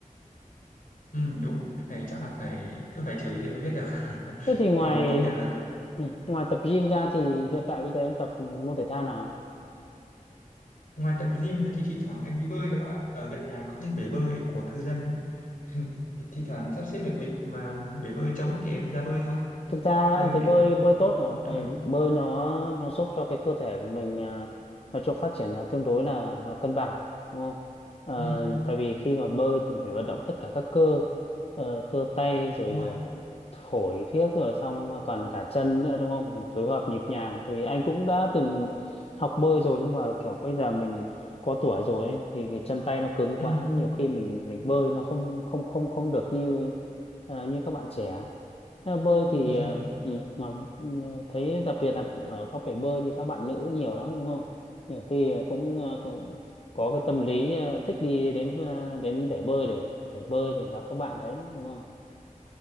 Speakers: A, on the left; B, on the left.
A: ừ, đúng cái này chắc là phải cứ phải thử thì mới biết được <laughs>
B: Thế thì ngoài
A: còn công nhận là
B: ừ, ngoài tập gym ra thì hiện tại bây giờ em tập môn thể thao nào?
A: ngoài tập gym ra thì thi thoảng em đi bơi đấy bác ạ ở gần nhà có cái bể bơi của cư dân ấy. <laughs> thì thi thoảng sắp xếp được lịch mà bể bơi trống thì em ra bơi thôi
B: thực ra
A: bơi
B: anh
A: nhẹ
B: thấy bơi
A: nhàng
B: bơi tốt mà
A: học
B: Tại
A: thôi
B: bơi nó nó giúp cho cái cơ thể của mình à, nói chung phát triển là tương đối là là cân bằng đúng không Ờ,
A: ừ
B: tại vì khi mà bơi thì mình phải vận động tất cả các cơ ờ, cơ tay rồi
A: đúng rồi
B: ờ, phổi phiếc rồi xong còn cả chân nữa đúng không mình phối hợp nhịp nhàng tại vì anh cũng đã từng học bơi rồi nhưng mà kiểu bây giờ mình có tuổi rồi ấy, thì cái chân tay nó cứng
A: ừ
B: quá nhiều khi mình mình bơi nó không không không không được như ờ, như các bạn trẻ theo bơi thì
A: <laughs>
B: ờ, ừ, mà ừ, thấy đặc biệt là ở các bể bơi thì các bạn nữ nhiều lắm đúng không? Nhiều khi cũng, ờ, cũng có cái tâm lý ờ, thích đi đến ờ, đến bể bơi để để bơi thì gặp các bạn đấy đúng không?